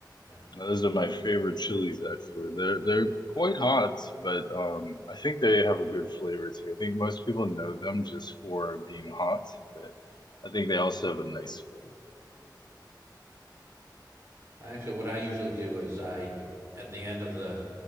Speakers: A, on the right; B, on the left.
A: yeah.
B: Now, those are my favorite chilies actually. They're they're quite hot, but um I think they have a good flavor too. I think most people know them just for being hot, but I think they also have a nice flavor.
A: I actually, what I usually do is I, at the end of the